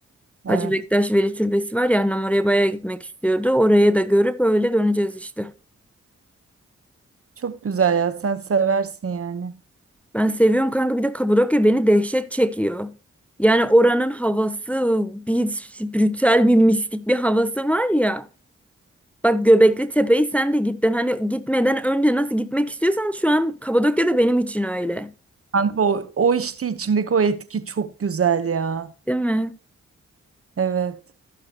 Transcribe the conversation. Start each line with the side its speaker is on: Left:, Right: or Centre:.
Right: Evet.
Centre: Hacı Bektaş Veli Türbesi var ya annem oraya bayağı gitmek istiyordu. Oraya da görüp öyle döneceğiz işte.
Right: Çok güzel ya sen seversin yani.
Centre: Ben seviyorum kanka bir de Kapadokya beni dehşet çekiyor. Yani oranın havası bir spiritüel bir mistik bir havası var ya. Bak Göbekli Tepe'yi sen de gittin hani gitmeden önce nasıl gitmek istiyorsan şu an Kapadokya da benim için öyle.
Right: Kanka o, o işte içimdeki o etki çok güzel ya.
Centre: Değil mi?
Right: Evet.